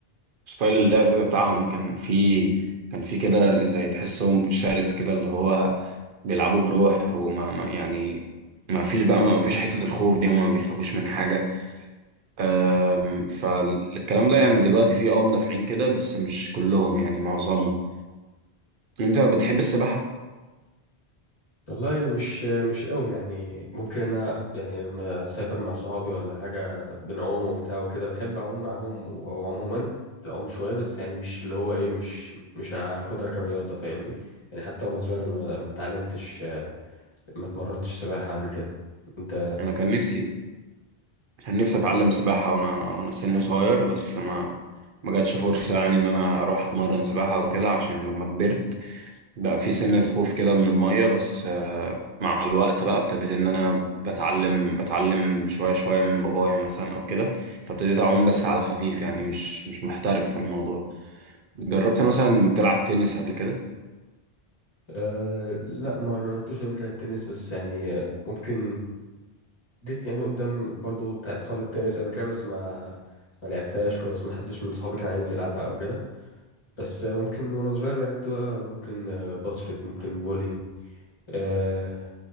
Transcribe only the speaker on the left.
والله مش آه، مش قوي يعني ممكن أنا يعني لما أسافر مع صحابي ولا حاجة بنعوم وبتاع وكده بحب أعوم معاهم وعموما العوم شوية بس يعني مش اللي هو إيه مش مش هاخدها كرياضة فاهمني؟ يعني حتى وأنا صغير أنا ما ما اتعلمتش آه، ما اتمرنتش سباحة قبل كده أنت
أه لا ما جربتوش قبل كده التنس بس يعني آه، ممكن جيت يعني قدام برضو بتاع صالة التنس قبل كده بس ما ما لعبتهاش خلاص ما حدش من صحابي كان عايز يلعبها او كده بس آه، ممكن وانا صغير لعبت بقى ممكن آه، باسكت ممكن فولي أه